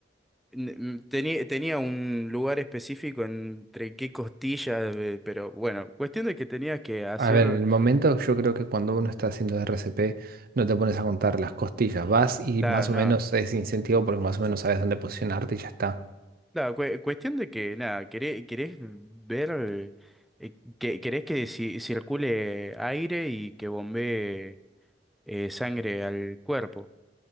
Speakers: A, in the centre; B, on the right (about 55°).
A: n- Tenía, tenía un lugar específico entre qué costillas, eh, pero bueno, cuestión de que tenías que hacer...
B: A ver, en el momento yo creo que cuando uno está haciendo RCP no te pones a contar las costillas, vas y
A: Claro,
B: más o
A: no.
B: menos es incentivo porque más o menos sabes dónde posicionarte y ya está.
A: Claro, cue- cuestión de que, nada, queré- querés, ver, eh, que, querés que ci- circule aire y que bombee eh, sangre al cuerpo.